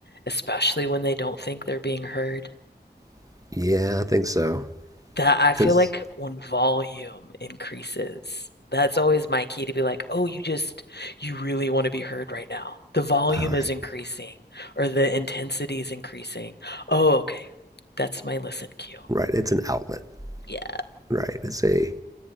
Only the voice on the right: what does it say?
<laughs> yeah, I think so.
Because,
all
right,
right. It's an outlet,
right? It's a,